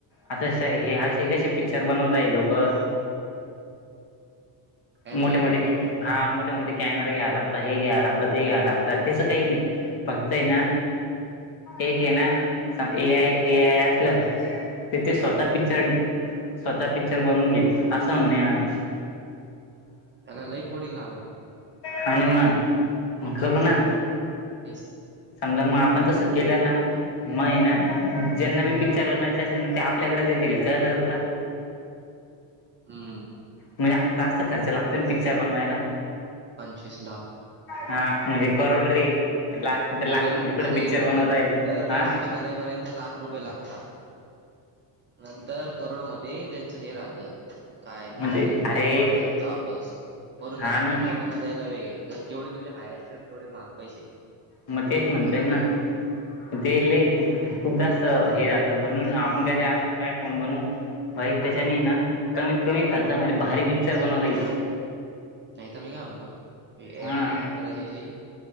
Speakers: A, on the left (about 50°); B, on the right (about 25°).
A: आता स हे असे कसे? पिक्चर बनवता ये लोकं
B: अॅनिमेटेड
A: मोठे- मोठे, हा मोठे- मोठे कॅमेरे घ्यायला लागत. हे घ्यायला लागत. ते घ्याय लागतात. तसं काही नाही. फक्तय ना. एकय ना. ए आय, ए आय असलं ते ते स्वतः पिक्चर स्वतः पिक्चर बनवून घेइल असं म्हण ये माझं
B: त्याला लई कोडिंग लागल
A: हां ना म. मग करू ना,
B: तेच तर
A: समजा मग आपण तसं केलं ना‌ मग ये ना ज्यांना बी पिक्चर बनवायचं असेल ना ते आपल्याकडंच येतील कळलं का तुला.
B: हम्
A: म्हणजे आता जास्त खर्च लागते ना पिक्चर बनवायला.
B: पंचवीस लाख
A: हा म्हणजे करोड रे! कुठे
B: मिनिमम
A: लाख म्हणले कुठे
B: अरे,
A: पिक्चर बनवत आहे
B: पिक्चर
A: तो हा
B: लॉनच करायपर्यंत लाख रुपये लागतात. नंतर करोडो मध्ये त्यांचं हे राहत काय
A: म्हणजे
B: हे
A: अरे
B: फंड भेटतो वापस वरून
A: हा
B: त्या अँक्टर
A: ना
B: लोकांना द्यायला वेगळे जर जेवढे तुझे हायर असेल तेवढे महाग पैसे
A: मग तेच म्हणतोय ना ते लई खूप खूप जास्त हे जातं म्हणून आपण काय असं प्लॅटफॉर्म बनू भाई त्याच्याने ना कमीत कमी खर्चमध्ये भारी पिक्चर बनवता येईल.
B: नाही तर मी काय म्हणतो हे ए
A: हा
B: आय टेस्ट करायच्या ऐवजी